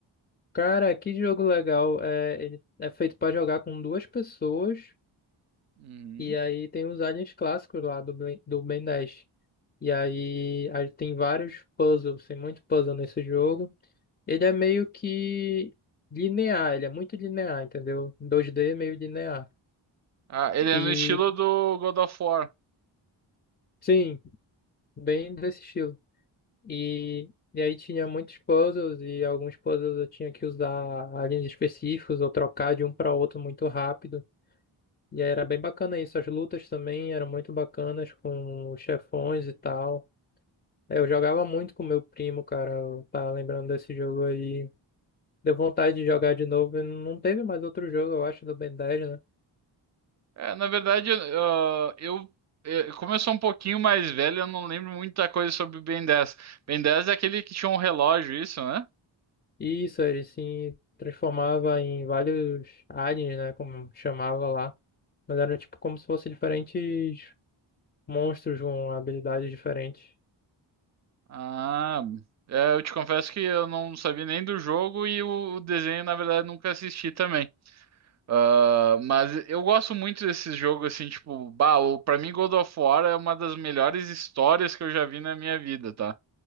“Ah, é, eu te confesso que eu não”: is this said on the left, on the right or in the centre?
Right